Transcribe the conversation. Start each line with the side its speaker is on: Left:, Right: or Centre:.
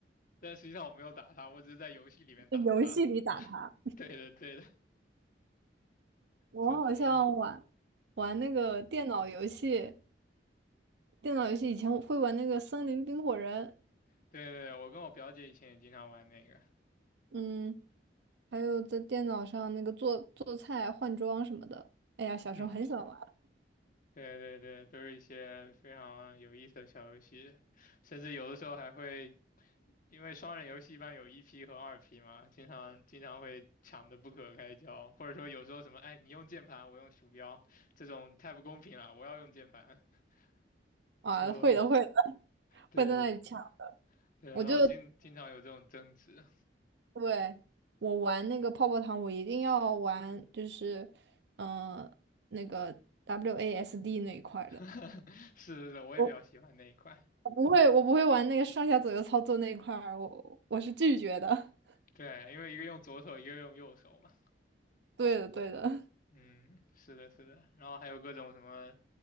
Left: 但实际上我没有打他，我只是在游戏里面打他，
Right: 在游戏里打他。
Left: <laughs> 对的对的，
Right: 我好像玩
Left: 就
Right: 玩那个电脑游戏，
Left: 嗯。
Right: 电脑游戏以前我会玩那个《森林冰火人》，
Left: 对对对，我跟我表姐以前也经常玩那个，
Right: 嗯。还有在电脑上那个做做菜、换装什么的。哎呀，小时候很喜欢玩
Left: 嗯，对对对，都是一些非常有意思的小游戏，甚至有的时候还会，因为双人游戏一般有一 P 和二 P 嘛，经常经常会抢得不可开交，或者说有时候什么，哎，你用键盘，我用鼠标，这种太不公平了，我要用键盘，<laughs>
Right: 啊，
Left: 就
Right: 会的会的，
Left: 对
Right: 会在那里抢。
Left: 对，
Right: 我就
Left: 然后经经常有这种争执，
Right: 对我玩那个泡泡糖，我一定要玩，就是嗯、呃那个 WASD 那一块儿的。
Left: <laughs> 是是是，我也比较喜欢那一块，
Right: 我我不会，我不会玩那个上下左右操作那一块儿，我我是拒绝的。<laughs>
Left: 对，因为一个用左手，一个用右手嘛。
Right: 对的，对的，
Left: 嗯，是的，是的，然后还有各种什么